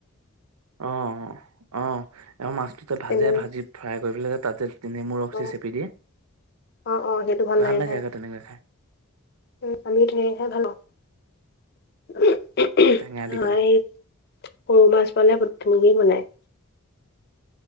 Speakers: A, on the right; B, on the left.
A: অ অ আৰু মাছটোতে ভাজে
B: তেনেকে
A: ভাজি ফ্ৰাই কৰি পেলাই যে তাতে যে নেমু ৰখ
B: অ',
A: যে চেপি দিয়ে
B: অ', অ', সেইটো
A: ভাল লাগে
B: খাই
A: আকৌ তেনেকৈ খাই
B: <unintelligible> সৰু মাছ পালে
A: টেঙা দি
B: ভূতোক
A: পেলাই
B: তেনেকৈ বনাই